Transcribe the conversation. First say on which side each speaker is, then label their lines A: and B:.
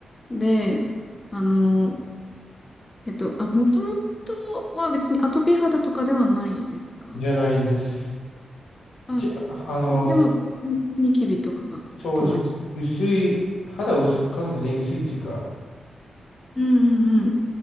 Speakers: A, on the left; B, on the left.
A: で、あの、えっと、あ、もともとは別にアトピー肌とかではないですか
B: じゃないんです。
A: あ、
B: 一応、あの、
A: でも、ニニキビとかがたまに。
B: そうですね。薄い、肌薄、家族全員薄いっていうか、
A: うんうんうん。